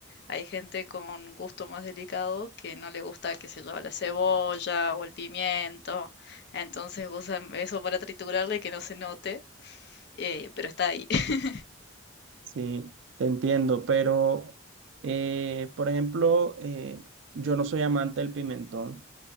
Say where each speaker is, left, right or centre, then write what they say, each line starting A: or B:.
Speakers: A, on the left; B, on the right.
A: hay gente con gusto más delicado que no le gusta, que se lleva la cebolla o el pimiento, entonces usan eso para triturarle y que no se note, eh, pero está ahí. <laughs>
B: sí, te entiendo, pero, eh, por ejemplo, eh, yo no soy amante del pimentón.